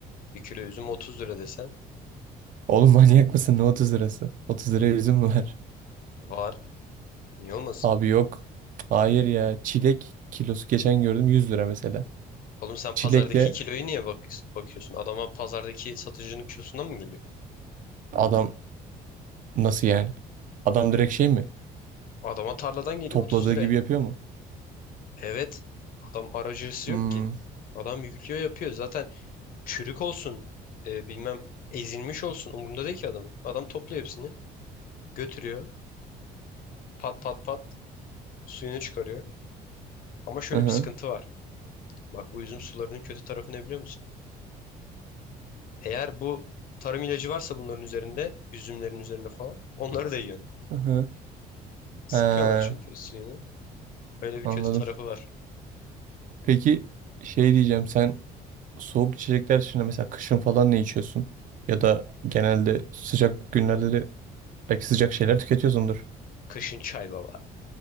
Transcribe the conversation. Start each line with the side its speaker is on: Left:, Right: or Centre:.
Left: bir kilo üzüm 30 lira desen
Right: Oğlum manyak mısın? Ne 30 lirası? 30 liraya üzüm mü var?
Left: var. Niye olmasın?
Right: Abi yok. Hayır ya. Çilek kilosu geçen gördüm 100 lira mesela.
Left: Oğlum sen
Right: Çilekle
Left: pazardaki kiloyu niye bak bakıyorsun? Adama pazardaki satıcının kilosundan mı geliyor?
Right: adam nasıl yani? Adam direkt şey mi?
Left: Adama tarladan geliyor
Right: Topladığı
Left: 30 liraya.
Right: gibi yapıyor mu?
Left: Evet. Adam aracısı
Right: Hmm.
Left: yok ki. Adam yüklüyor yapıyor. Zaten çürük olsun, e, bilmem ezilmiş olsun umurunda değil ki adamın. Adam topluyor hepsini, götürüyor, pat pat pat suyunu çıkarıyor. Ama şöyle
Right: hı hı.
Left: bir sıkıntı var. Bak bu üzüm sularının kötü tarafı ne biliyor musun? Eğer bu tarım ilacı varsa bunların üzerinde, üzümlerin üzerine falan, onları da yiyorsun.
Right: Hı hı.
Left: Sıkıyorlar
Right: Ha,
Left: çünkü suyunu. Öyle bir
Right: anladım.
Left: kötü tarafı var.
Right: Peki şey diyeceğim sen soğuk içecekler dışında mesela kışın falan ne içiyorsun? Ya da genelde sıcak günlerde de belki sıcak şeyler tüketiyorsundur.
Left: Kışın çay baba.